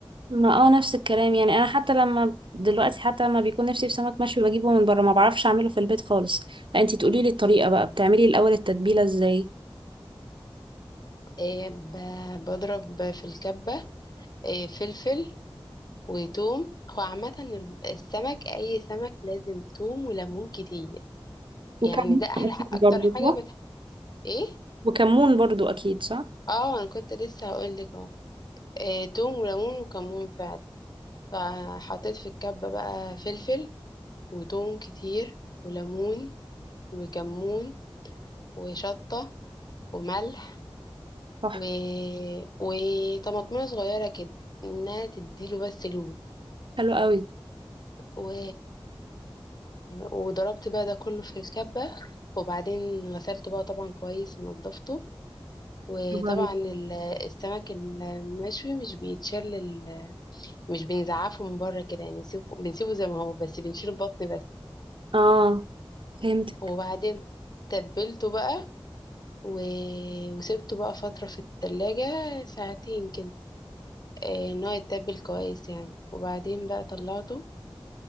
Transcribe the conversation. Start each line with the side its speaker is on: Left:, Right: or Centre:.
Right: ما اه نفس الكلام يعني انا حتى لما دلوقتي حتى لما بيكون نفسي في سمك مشوي بجيبه من بره ما بعرفش اعمله في البيت خالص فانتي تقولي لي الطريقة بقى بتعملي الاول التتبيلة ازاي
Left: إيه ب- بضرب في الكبه إيه فلفل وثوم هو عامه ال- السمك اي سمك لازم ثوم وليمون كتير
Right: وكمون
Left: يعني ده احلى
Right: اكيد
Left: ح- اكتر
Right: برضو
Left: حاجه
Right: صح
Left: بتحب ايه
Right: وكمون برضو اكيد صح
Left: اه انا كنت لسه هقول لك اهو إيه، ثوم وليمون وكمون فعلا فحطيت في الكبه بقى فلفل وتوم كتير وليمون وكمون وشطة وملح
Right: صح
Left: و... وطماطمية صغيرة كده انها تديله بس لون
Right: حلو قوي
Left: و... وضربت بقى ده كله في الكبة وبعدين غسلته بقى طبعا كويس ونضفته وطبعا
Right: برافو عليكي.
Left: ال- السمك المشوي مش بيتشل ال... مش بنزعفه من بره كده يعني نسيبه- بنسيبه زي ما هو بس بنشيل البطن بس
Right: اه فهمت
Left: وبعدين تبلته بقى و... وسبته بقى فترة في التلاجة ساعتين كده آه، ان هو يتبل كويس يعني وبعدين بقى طلعته